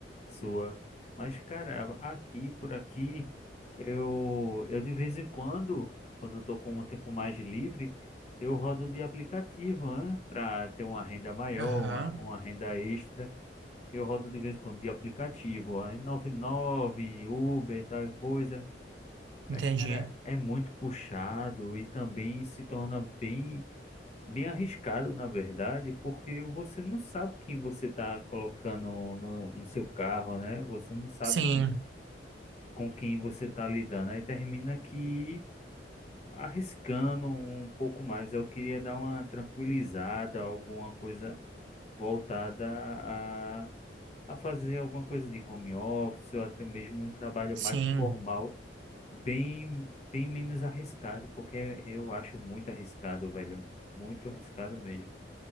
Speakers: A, on the left; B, on the right.
A: sua. Mas, cara, aqui, por aqui, eu, eu de vez em quando, quando eu tô com um tempo mais livre, eu rodo de aplicativo, né? Para ter uma renda maior,
B: Aham,
A: uma, uma renda extra. Eu rodo de vez em quando de aplicativo, aí nove, Uber, tal e coisa. Mas,
B: entendi.
A: cara, é muito puxado e também se torna bem, bem arriscado, na verdade, porque você não sabe quem você está colocando no, no seu carro, né? Você não sabe
B: Sim,
A: quem- com quem você está lidando. Aí termina que arriscando um pouco mais. Eu queria dar uma tranquilizada, alguma coisa voltada a, a fazer alguma coisa de home office ou até mesmo um trabalho
B: sim.
A: mais formal Bem, bem menos arriscado, porque eu acho muito arriscado, velho. Muito arriscado mesmo.